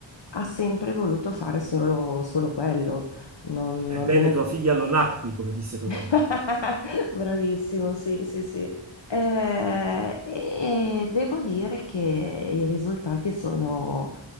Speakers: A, on the left; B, on the right.
A: ha sempre voluto fare solo, solo quello, non,
B: Ebbene,
A: non gliene...
B: tua figlia lo nacqui, come disse Totò.
A: <laughs> Bravissimo, sì, sì, sì. Eh, e devo dire che i risultati sono,